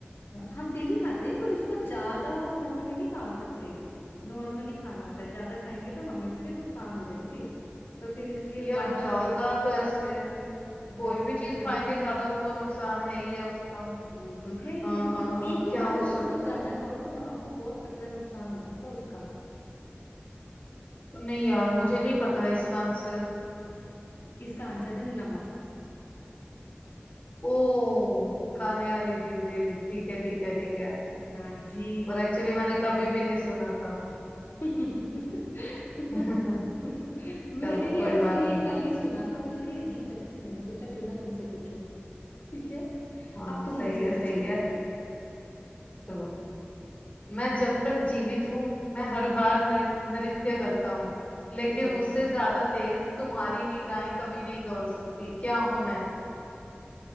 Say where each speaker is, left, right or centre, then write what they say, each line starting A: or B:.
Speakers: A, on the left; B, on the left.
A: हम डेली खाते हैं पर उसको ज्यादा अमाउंट में नहीं खा सकते नॉर्मली खाना होता है ज्यादा खाएंगे तो हमें उसके नुकसान हो जाएंगे तो फिर इसलिए
B: यार
A: बाद
B: ज्यादा
A: में देख
B: तो ऐसे हम्म,
A: बताओ
B: कोई
A: बताओ
B: भी चीज
A: क्या
B: खाएंगे ज्यादा वो तो नुकसान है ही है उसका
A: वो तो है ही
B: हाँ
A: है
B: हाँ
A: पर एक
B: हाँ
A: ही
B: क्या
A: बार
B: हो
A: में
B: सकता
A: उसको ज्यादा
B: है
A: खाओ तो आपको बहुत तकड़ा नुकसान हो सकता है उसका
B: नहीं यार मुझे नहीं पता इसका आंसर
A: इसका आंसर है नमक
B: ओ खाने वाली चीज डेली ठीक है ठीक है ठीक है
A: हाँ जी
B: पर एक्चुअली मैंने कभी भी नहीं सुना था
A: <laughs>
B: <laughs>
A: मैंने
B: चलो
A: भी
B: कोई
A: एक्चुअली
B: बात
A: ये
B: नहीं
A: कल ही सुना था मुझे बड़ी अजीब लगी मैंने सोचा क्यों ना तुमसे पूछूं ठीक है
B: हाँ
A: अब तुम
B: सही
A: मुझसे
B: है सही
A: पूछो
B: है चलो मैं जब तक जीवित हूँ मैं हर बार नृ- नृत्य करता हूँ लेकिन
A: ठीक है
B: मुझसे ज्यादा तेज तुम्हारी निगाहें कभी नहीं दौड़ सकती क्या हूं मैं